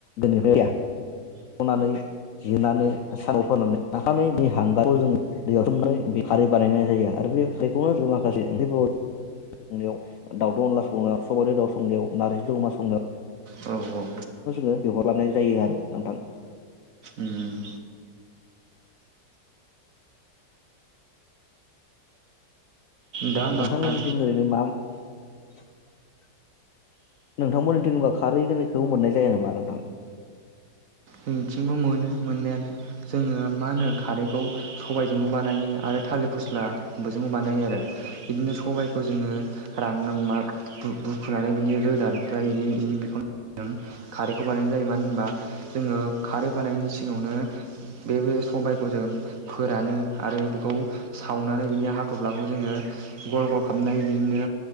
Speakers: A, on the left; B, on the right.
A: गोनिफ्रायनानै जनानै सार' फानै नाखानानै बे हांगारखौ जोङो दैयावथोमनानै बे खारै बानायनाय जायो आरो बे खारैखौनो जोङो माखासे उन्दैाव संनायाव दाउद' अनला संनो सबारि दाउ संनायाव नार्जि जो अमा संनो
B: दं औ औ
A: जोङो बिहरलबनाय जायो आरो नोंथां।
B: उम दा होमबा
A: नोंथांमोननि थिं ओरैनो मा <unintelligible> नोंथां मोननिथिं होनबा खारैखौ मोननाय जाया नामा नोंथां।
B: जों बिथिंबो मोनो मोननायालाय जोङो मा होनो खारैखौ सबायजोंबो बानायो आरो थालिर फस्ला बोजोंबो बानायो आरो बिदिनो सबाय खौ जोङो रा मा बुखुनानै बिनि रोदा ओमफ्राय बिदि बिनि बिख खारैखौ बानायनाय जायो मानो होनबा जोङो खारै बानायनायनि सिगाङावनो बे सबायखौ जों फोरानो आरो बेखौ सावनानै बिनि हाथ'फ्लाखौ जोङो गल गल खालाम नाय जोंनो